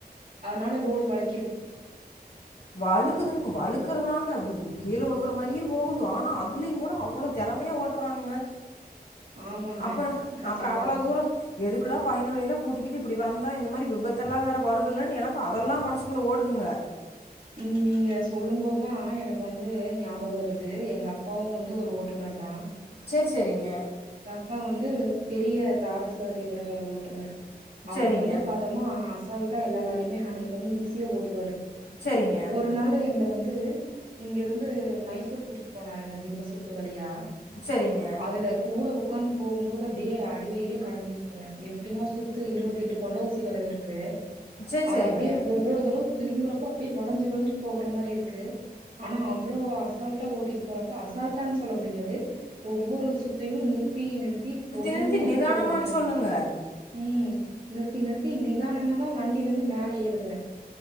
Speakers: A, on the right; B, on the left.
A: அதனால ரோட வளை
B: வழுக்குதுங் வழுக்குறதாங்க விஜி கீழ உழுகுற மாரியே போகுது ஆனா அதுலியுங்கூட அவ்ளோ தெறமையா ஓட்றாங்க
A: ஆமாங்க
B: அப்பறோ
A: கண்டிப்பா
B: அப்பறோ அவ்ள தூரோ எதுக்குடா பயனுங்களில்லா கூட்டிக்கிட்டு இப்பிடி வந்தோ இந்த மாரி விபத்தெல்லா வேற வருதில்லன் எனக்கு அதெல்லாம் மனசுக்குள்ள ஓடு துங்க
A: உம் நீங்க சொல்லும் போதுதா எனக்கு வந்து ஞாபக வருது எங்க அப்பாவு வந்து ஒரு ஓட்டுநர் தா
B: செரி செரிங்க
A: ப்பா வந்து பெரிய டாரஸ் லாரியோட ஓட்டுநரு அவரு
B: சரிங்க
A: வந்து பாத்தம்னா ஆச சால்ட்டா எல்லா லாரியுமே ஹேண்டில் பண்ணி ஈஸியா ஓட்டுவாரு
B: சரிங்க
A: ஒரு நாளு எங்ள வந்து இங்கிருந்து மைசூர் கூட்டிட் போனாருங்க திம்ப சுத்து வழியா
B: சரிங்க
A: அதுல கூட க்காந்து போகும்போது அப்டியே அடிவயிறே கலங்கிருச்சுங்க எப்டின்னா சுத்து இருவத்தெட்டு கொண்ட ஊசி வளைவு இருக்கு
B: சரி
A: அது
B: சரிங்க
A: அப்படியே ஒவ்வொரு தடவ திரும்புறப்ப ப்டியே வளஞ்சு வளஞ்சு போகற மாரி இருக்கு ஆனா அவ்ளோ அசால்ட்டா ஓட்டிட் போறப்ப அசால்ட்டான் சொல்ல முடியாது ஒவ்வொரு சுத்தையு நிறு த்தி நிறுத்தி பொறும்மையா
B: நிறுத்தி நிதானமான்னு
A: போகுதுங்க
B: சொல்லுங்க
A: உம் நிறுத்தி நிறுத்தி நிதானமாதா வண்டி வந்து மேல ஏறுதுங்க